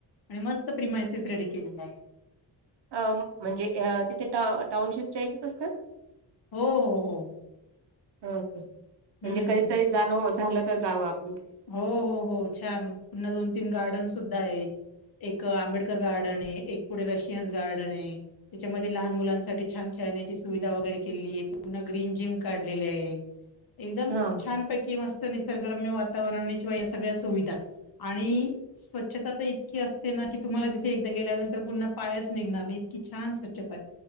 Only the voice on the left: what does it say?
आणि मस्त प्रिमायसेस रेडी केलेले आहेत.
हो हो हो.
हं.
हो हो हो छान पुन्हा दोन तीन गार्डन सुद्धा आहे. एक आंबेडकर गार्डन आहे एक पुढे रशियन्स गार्डन आहे त्याच्यामध्ये लहान मुलांचं साठी छान खेळण्याची सुविधा वगैरे केलेली आहे पूर्ण ग्रीन जिम काढलेली आहे. एकदम
छानपैकी मस्त निसर्गरम्य वातावरणाशिवाय या सगळ्या सुविधा आणि स्वच्छता तर इतकी असते ना की तुम्हाला तिथे एकदा गेल्यानंतर पुन्हा पायच निघणार नाही इतकी छान स्वच्छता